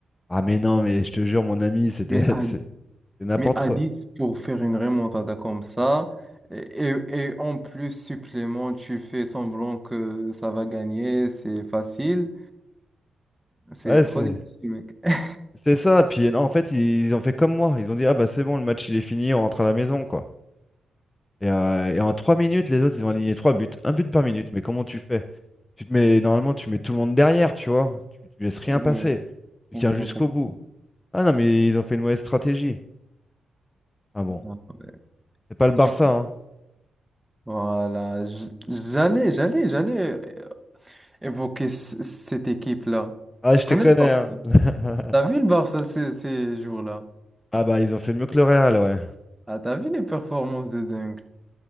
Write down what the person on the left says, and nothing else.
Ah mais non, mais je te jure, mon ami, c'était
<laughs>
c'est c'est n'importe
quoi.
Ouais,
c'est
c'est ça. Puis non, en fait, ils, ils ont fait comme moi. Ils ont dit, ah bah c'est bon, le match il est fini, on rentre à la maison, quoi. Et, euh, et en trois minutes, les autres, ils ont aligné trois buts. Un but par minute, mais comment tu fais? Tu te mets, normalement, tu mets tout le monde derrière, tu vois. Tu, tu laisses rien
passer. Tu
tiens
jusqu'au
bout. Ah non, mais ils ont fait une mauvaise stratégie. Ah bon,
c'est pas le Barça,
hein.
Ah,
je
te connais,
hein. <laughs>
Ah bah ils ont fait mieux que le Real, ouais.